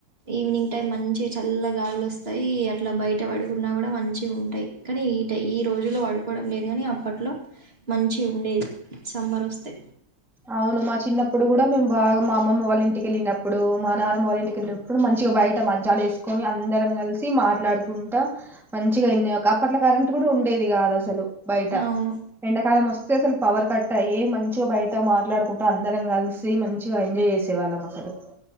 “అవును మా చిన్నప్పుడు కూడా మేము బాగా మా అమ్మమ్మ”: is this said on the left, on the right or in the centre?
Centre